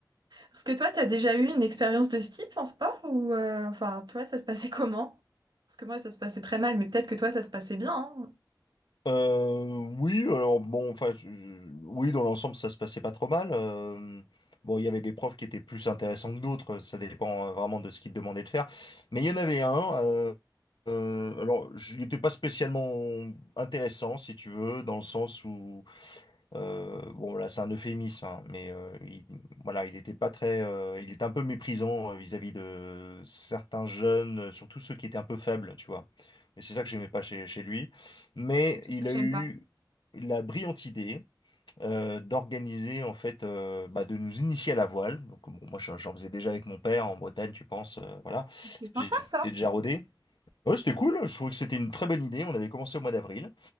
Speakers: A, on the right (about 70°); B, on the left (about 80°).
A: Parce que toi, t'as déjà eu une expérience de ce type en sport ou euh, enfin, toi, ça se passait comment? Parce que moi, ça se passait très mal, mais peut-être que toi, ça se passait bien. hein.
B: Euh, oui, alors bon, enfin, je- je- oui, dans l'ensemble, ça se passait pas trop mal. Euh, bon, il y avait des profs qui étaient plus intéressants que d'autres, ça dépend euh, vraiment de ce qu'ils te demandaient de faire. Mais il y en avait un, euh, euh, alors, il n'était pas spécialement intéressant, si tu veux, dans le sens où euh, bon là c'est un euphémisme, hein, mais euh, il, voilà il était pas très, euh, il était un peu méprisant euh, vis-à-vis de certains jeunes, euh, surtout ceux qui étaient un peu faibles, tu vois. Et c'est ça que j'aimais pas chez, chez lui. Mais
A: C'est tout
B: il
A: ce que j'aime
B: a eu
A: pas.
B: la brillante idée euh, d'organiser en fait, euh, bah, de nous initier à la voile. Donc bon, moi j'en j'en faisais déjà avec mon père en Bretagne, tu penses, euh, voilà,
A: C'est sympa,
B: j'étais
A: ça.
B: déjà rodé. Ouais, c'était cool. Je trouvais que c'était une très bonne idée. On avait commencé au mois d'avril.